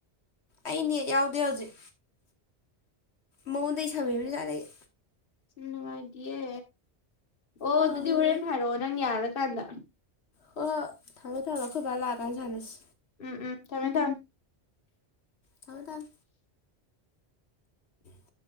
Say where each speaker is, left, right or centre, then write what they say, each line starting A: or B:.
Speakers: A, on the left; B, on the left.
A: ꯑꯩ ꯅꯦꯠ ꯌꯥꯎꯗꯦ ꯍꯧꯖꯤꯛ ꯃꯉꯣꯟꯗꯩ ꯁꯝꯃꯤꯝꯅ‌ꯦ ꯉꯁꯥꯏꯗꯒꯤ
B: ꯅꯨꯡꯉꯥꯏꯇꯌꯦ ꯑꯣ
A: ꯑ ꯍꯣꯏ
B: ꯑꯗꯨꯗꯤ ꯍꯣꯔꯦꯟ ꯍꯥꯏꯔꯛꯑꯣ ꯅꯪ ꯌꯥꯔꯀꯥꯟꯗ
A: ꯍꯣꯏ ꯍꯣꯏ ꯊꯝꯃꯣ ꯊꯝꯃꯣ ꯑꯈꯣꯏ ꯕꯥ ꯂꯥꯛꯑꯀꯥꯟ ꯁꯥꯟꯅꯁꯤ
B: ꯎꯝ ꯎꯝ ꯊꯝꯃꯦ ꯊꯝ
A: ꯊꯝꯃ‌ꯣ ꯊꯝ <unintelligible>